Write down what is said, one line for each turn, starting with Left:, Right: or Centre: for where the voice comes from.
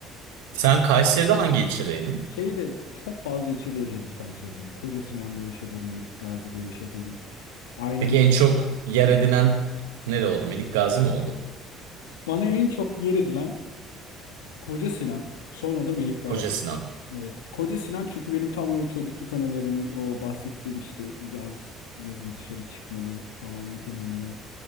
Left: İşte
Right: Sen Kayseri'de hangi ilçedeydin?
Left: şey de çok fazla ilçede yaşadım Kayseri'de. Koca Sinan'da yaşadım, Melik Gazi'de yaşadım. Ailem
Right: Peki
Left: çok-
Right: en çok yer edinen nere oldu? Melik Gazi mi oldu?
Left: Bana en çok yer edilen Koca Sinan, sonra da Melik Gazi.
Right: Koca Sinan.
Left: Evet. Koca Sinan çünkü benim tam o çocukluk anılarım o bahsettiğim işte yaz yazın dışarı çıkmalı falanlı filanlı.